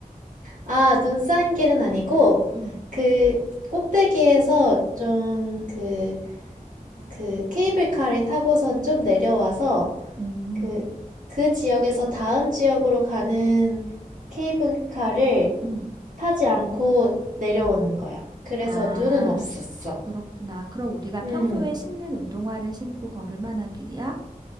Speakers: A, on the right (about 60°); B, on the right (about 30°).
A: 아, 눈 쌓인 길은 아니고,
B: 음,
A: 그, 꼭대기에서 좀, 그, 그, 케이블카를 타고선 좀 내려와서,
B: 음,
A: 그, 그 지역에서 다음 지역으로 가는 케이블카를
B: 음.
A: 타지 않고 내려오는 거야. 그래서
B: 아,
A: 눈은 없었어.
B: 그렇구나. 그럼 우리가 평소에
A: 음,
B: 신는 운동화를 신고 걸을 만한 길이야?